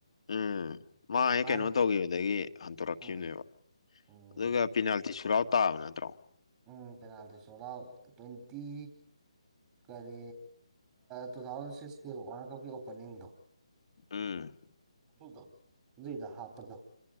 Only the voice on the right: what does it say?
ꯃꯥꯅ
ꯎꯝ ꯎꯝ
ꯎꯝ ꯄꯦꯅꯥꯜꯇꯤ ꯁꯣꯂꯥꯎ ꯇ꯭ꯋꯦꯟꯇꯤ ꯀꯔꯤ ꯇꯨ ꯊꯥꯎꯖꯟ ꯁꯤꯛꯁꯀꯤ ꯋꯥꯔꯜ ꯀꯞꯀꯤ ꯑꯣꯄꯅꯤꯡꯗꯣ
ꯑꯗꯨꯗꯣ ꯑꯗꯨꯩꯗ ꯍꯥꯞꯄꯗꯣ